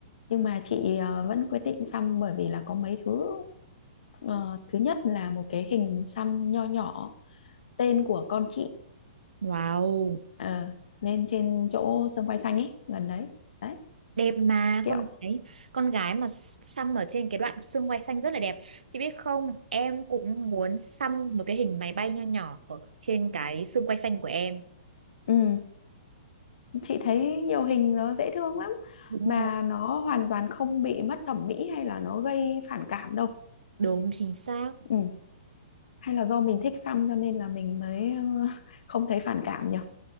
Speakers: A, on the left; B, on the right.
A: nhưng mà chị ờ, vẫn quyết định xăm bởi vì là có mấy thứ Ờ, thứ nhất là một cái hình xăm nho nhỏ tên của con chị
B: wow
A: ờ, lên trên chỗ sân quay xanh ấy gần đấy đấy
B: đẹp mà
A: kiểu
B: con gái con gái mà xăm ở trên cái đoạn xương quai xanh rất là đẹp chị biết không em cũng muốn xăm một cái hình máy bay nho nhỏ ở trên cái xương quai xanh của em
A: ừ, chị thấy nhiều hình nó dễ thương lắm
B: Đúng
A: mà
B: rồi.
A: nó hoàn toàn không bị mất thẩm mỹ hay là nó gây phản cảm đâu
B: đúng chính xác
A: ừ. hay là do mình thích xăm cho nên là mình mới ờ, <laughs> không thấy phản cảm nhỉ